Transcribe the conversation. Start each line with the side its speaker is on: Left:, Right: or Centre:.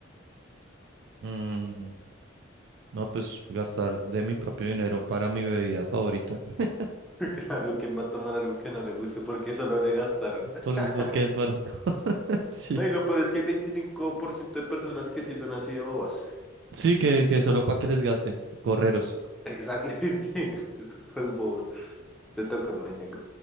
Right: Mm, no, pues gastar de mi propio dinero para mi bebida favorita. <laughs>
Centre: <laughs> Claro, ¿quién va a tomar algo que no le guste porque solo le gastaron?
Right: ¿Por,
Centre: <laughs>
Right: por qué? Por... <laughs> Sí.
Centre: No, y lo peor es que hay 25% de personas que sí son así de bobas.
Right: Sí, que, que solo para que les gasten. Correros.
Centre: Exacto, <laughs> sí, los bobos. Te toca, me niego.